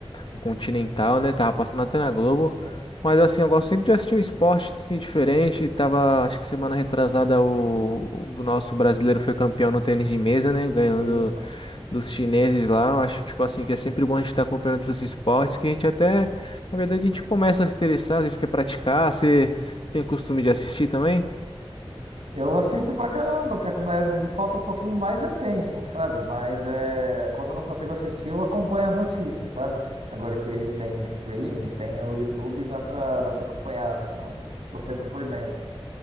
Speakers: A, on the left (about 55°); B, on the right (about 90°).
A: o Continental, né? Tava passando até na Globo.
B: Sim.
A: Mas assim, eu gosto sempre de assistir um esporte assim diferente. Tava, acho que semana retrasada o, o nosso brasileiro foi campeão no tênis de mesa, né? Ganhando
B: Sim.
A: dos chineses lá. Eu acho tipo assim que é sempre bom a gente estar acompanhando outros esportes que a gente até, na verdade, a gente começa a se interessar, às vezes quer praticar. Você tem costume de assistir também?
B: Eu assisto pra caramba, cara. Como é- falta um pouquinho mais é tempo, sabe? Mas é, quando eu não consigo assistir, eu acompanho as notícias, sabe? Agora que a gente tem streamings, tem o YouTube, dá pra, dá pra acompanhar. né? Então, tô sempre por dentro.